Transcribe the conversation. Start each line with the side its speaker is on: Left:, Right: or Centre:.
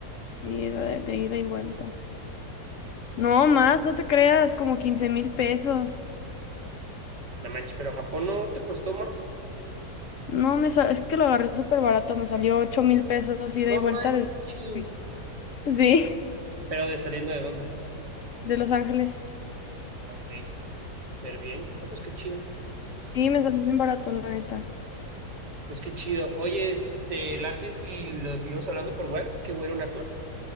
Left: Y de, de ida y vuelta. No más, no te creas, como quince mil pesos.
Right: No manches, pero Japón no te costó más.
Left: No, me sa- es que lo agarré súper barato, me salió ocho mil pesos ida
Right: No
Left: y vuelta
Right: manches.
Left: desde... <laughs> Sí.
Right: Pero de saliendo de dónde.
Left: de Los Ángeles.
Right: Ah, ok. Súper bien. No, pues qué chido.
Left: Sí, me salió bien barato, la neta.
Right: Pues qué chido. Oye, este, te late si lo seguimos hablando por WhatsApp, es que voy a ir a una clase.